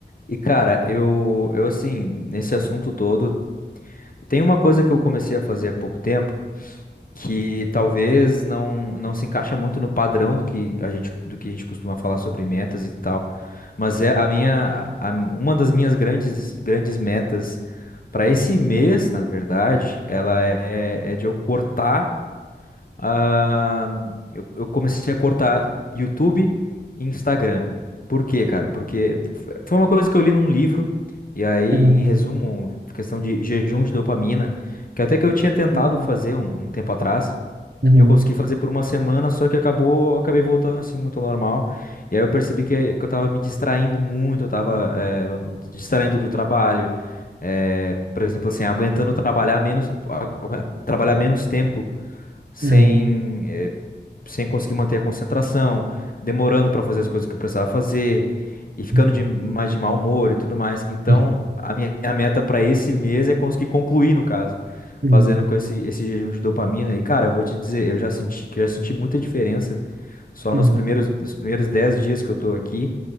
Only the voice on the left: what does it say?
E cara, eu, eu assim, nesse assunto todo, tem uma coisa que eu comecei a fazer há pouco tempo que talvez não, não se encaixa muito no padrão do que a gente, do que a gente costuma falar sobre metas e tal. Mas é a minha, a- uma das minhas grandes, grandes metas para esse mês, na verdade, ela é, é de eu cortar. ah, eu, eu comecei a cortar YouTube e Instagram. Por quê, cara? Porque f- foi uma coisa que eu li num livro, e aí, em
resumo, questão de jejum de dopamina, que até que eu tinha tentado
fazer um um tempo atrás.
Eu consegui fazer por uma semana, só que acabou, acabei voltando assim muito ao normal. E aí eu percebi que, que eu tava me distraindo muito, eu tava eh, me distraindo do trabalho. eh, por exemplo, assim, aguentando trabalhar menos, agu- trabalhar menos tempo sem,
eh, sem conseguir manter a concentração, demorando para fazer as coisas que eu precisava fazer e ficando
de mais de mau humor e tudo mais. Então,
a minha a meta para esse mês é conseguir concluir, no caso,
fazendo com esse, esse jejum de dopamina. E, cara, eu vou te dizer, eu já senti que eu já senti muita diferença só
nos primeiros nos primeiros 10 dias que eu tô aqui